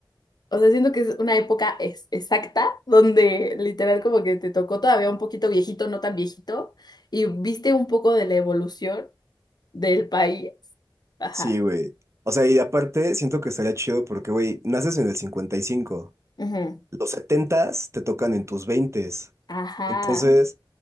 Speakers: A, on the left; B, on the right.
A: O sea, siento que es una época es, exacta donde literal como que te tocó todavía un poquito viejito, no tan viejito, y viste un poco de la evolución del país. Ajá.
B: Sí, güey. O sea, y aparte, siento que estaría chido porque, güey, naces en el 55.
A: Ujú.
B: Los setentas te tocan en tus veintes.
A: Ajá.
B: Entonces,